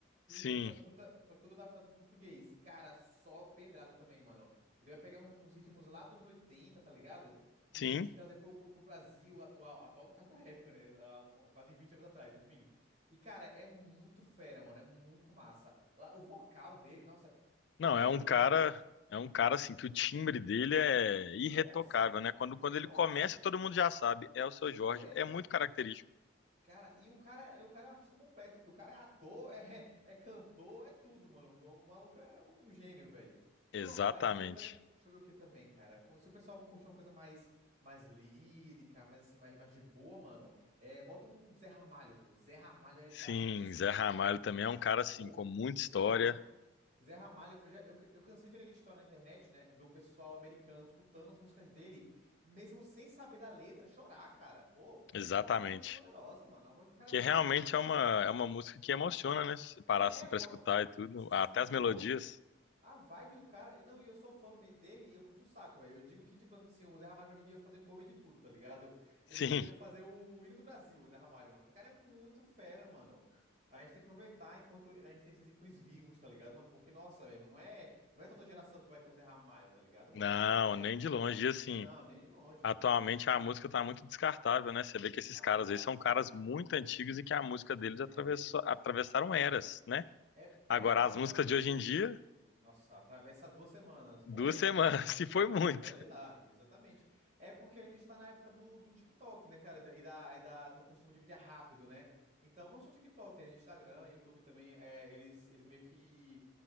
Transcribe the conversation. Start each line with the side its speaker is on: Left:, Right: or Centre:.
Left: Sim.
Right: E, e só que tudo tá- só que tudo adaptado pro português. E, cara, só pedrada também, mano. Ele vai pegar um- uns ritmos lá dos anos oitenta tá ligado? E
Left: Sim,
Right: trazer pro, pro, pro Brasil atual, atual no caso da época, né? Há um- quase 20 anos atrás, enfim. E, cara, é muito fera, mano. É muito massa. O o vocal dele, nossa. Mas
Left: não,
Right: pronto,
Left: é um
Right: eu
Left: cara,
Right: não vou me alongar.
Left: é um cara assim que o timbre dele é irretocável,
Right: Nossa!
Left: né? Quando, quando
Right: Nossa!
Left: ele começa, todo mundo já sabe, é o seu Jorge,
Right: É.
Left: é muito característico.
Right: Cara, e o cara, é, o cara é um artista completo, porque o cara é ator, <laughs> é, é cantor, é tudo, mano. O maluco é um gênio, velho.
Left: Exatamente.
Right: Pronto, aí você vai ver também. Deixa eu ver o que também, cara. Co- Se o pessoal curte uma coisa mais, mais lírica, mais assim, mais, mais de boa, mano, é, bota um Zé Ramalho, pô. Zé Ramalho é
Left: Sim,
Right: brabíssimo,
Left: Zé Ramalho
Right: pô.
Left: também é um cara assim
Right: Pô,
Left: com muita
Right: Zé,
Left: história,
Right: Ram... Zé Ramalho, eu, já, eu, eu cansei de ler história na internet, né? Do pessoal americano escutando as músicas dele, mesmo sem saber da letra, chorar, cara. Pô,
Left: exatamente.
Right: porque a voz do cara é muito poderosa, mano. A voz do cara
Left: Que
Right: é muito
Left: realmente é uma é uma música que emociona, né? Se parar
Right: É,
Left: assim para
Right: pô.
Left: escutar e tudo,
Right: Sim,
Left: até as melodias.
Right: pô. A vibe do cara. e Não, e eu sou fã me- dele e eu puxo o saco, velho. Eu digo que, tipo assim, o Zé Ramalho pra mim devia fazer cover de tudo, tá ligado? Ele
Left: Sim.
Right: devia fazer o hino do Brasil, o Zé Ramalho, mano. Que o cara é muito fera, mano. A gente tem que aproveitar enquanto a gente tem esses ícones vivos, tá ligado, mano? Porque, nossa, velho, não é, não é toda geração que vai ter um Zé Ramalho, tá ligado, mano?
Left: Não,
Right: É.
Left: nem de longe, e, assim.
Right: Não, nem de longe,
Left: Atualmente
Right: pô.
Left: a música tá muito descartável, né? Você vê que esses
Right: Ah,
Left: caras
Right: tá,
Left: aí são
Right: cara.
Left: caras muito antigos e que a música deles
Right: É.
Left: atravessou, atravessaram eras, né?
Right: É, é
Left: Agora,
Right: a a
Left: as
Right: gente
Left: músicas
Right: tá na.
Left: de hoje em dia,
Right: Nossa, atravessa duas semanas
Left: duas
Right: morrendo,
Left: semanas,
Right: né?
Left: <laughs> se foi muito.
Right: E olhe lá, exatamente. É porque a gente tá na época do, do TikTok, né, cara? E da, e da, e da- do consumo de mídia rápido, né? Então, não só TikTok, né? Instagram, YouTube também, é, eles, eles meio que